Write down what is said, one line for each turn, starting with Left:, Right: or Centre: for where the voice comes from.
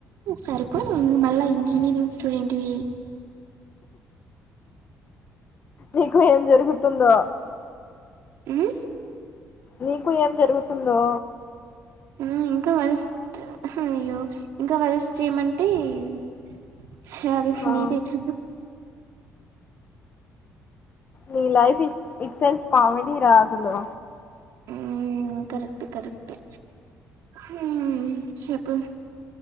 Right: సరిపోన మళ్ళా ఇంజనీరింగ్ స్టూడెంట్వి
Left: నీకు ఏం జరుగుతుందో
Right: ఉమ్
Left: నీకు ఏం జరుగుతుందో
Right: ఉమ్ ఇంకా వరస్ట్ అయ్యో ఇంకా వరస్ట్ ఏమంటే ఆ చాల
Left: ఆ
Right: మీదచ్చ
Left: నీ life it itself comedy రా అసలు
Right: మ్మ్, కరెక్ట్ కరెక్టే ఆ చెప్పు